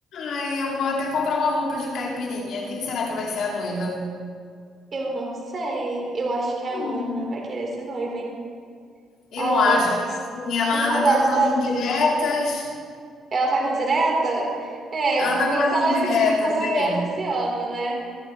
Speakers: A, on the left (about 75°); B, on the right (about 35°).
A: Ai, eu vou até comprar uma roupa de caipirinha. Quem será que vai ser a noiva?
B: Eu não sei. Eu acho que a
A: Menina.
B: Ana vai querer ser noiva, hein?
A: Eu
B: A
A: acho
B: Ana,
A: que sim. Ela
B: que saudade
A: anda dando umas
B: da
A: indiretas.
B: Ana. Ela tá com direta? É,
A: Anda
B: vamos
A: com
B: ver
A: umas
B: se ela
A: indiretas,
B: é pedida em casamento
A: é.
B: esse ano, né?